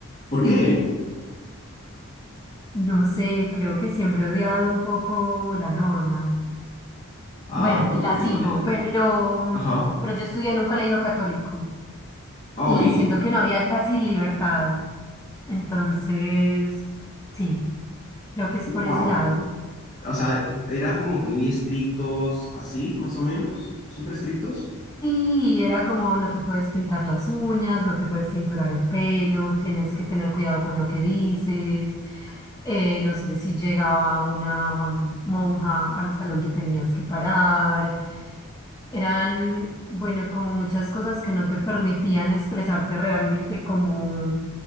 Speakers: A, on the left; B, on the left.
A: ¿Por
B: Sí,
A: qué?
B: no sé, creo que siempre he odiado un poco la norma.
A: Ah,
B: Bueno,
A: por
B: la
A: el tema
B: sigo,
A: de la...
B: pero,
A: Ajá.
B: pero yo estudié en un colegio católico.
A: Hoy.
B: y siento que no había casi libertad. Entonces, sí, creo que es
A: Wow.
B: por ese lado.
A: O sea, era como que muy estrictos, así, más o menos, súper estrictos.
B: Sí, era como no te puedes pintar las uñas, no te puedes cinturar el pelo, tienes que tener cuidado con lo que dices. eh, no sé si llegaba una mm, monja al salón, te tenías que parar. Eran, bueno, como muchas cosas que no te permitían expresarte realmente como,